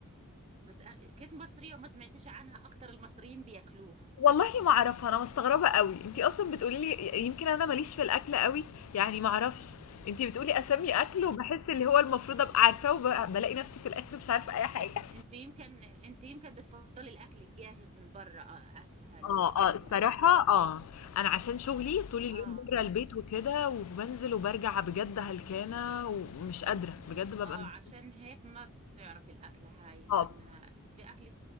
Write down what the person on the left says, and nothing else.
والله ما اعرفها انا مستغربه قوي انتي اصلا بتقولي لي يمكن انا ماليش في الاكل قوي يعني ما اعرفش انتي بتقولي اسامي اكل
وبحس اللي هو المفروض ابقى عارفاه وبلاقي نفسي في الاخر مش عارفه اي حاجه
اه
اه الصراحه
اه انا عشان شغلي طول اليوم
بره البيت وكده وبنزل وبرجع بجد هلكانه ومش قادره بجد ببقى
مش
اه